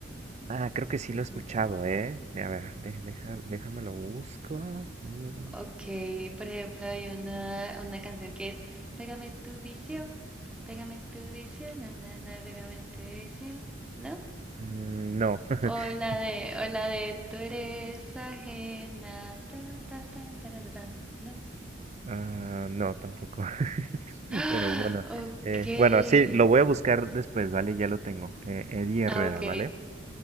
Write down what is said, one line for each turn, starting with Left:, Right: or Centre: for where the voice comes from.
Right: Ah, creo que sí lo he escuchado,
Centre: Mm.
Right: ¿eh? A ver, de- deja, déjame lo busco. Mm,
Centre: Ok, por ejemplo, hay una, una canción que es Pégame tu vicio, pégame tu vicio, na, na, na, pégame tu vicio, ¿no?
Right: mm, No, <laughs>
Centre: O la de, o la de Tú eres ajena, ta, ta, ta, ta, ta, ta, ta, ¿no?
Right: Ah, no, tampoco. <laughs>
Centre: <gasps> ¡Ah!
Right: Pero bueno,
Centre: Ok,
Right: eh, bueno, sí, lo voy a buscar después, ¿vale? Ya lo tengo. Eh, Eddie Herrera,
Centre: ah, ok,
Right: ¿vale?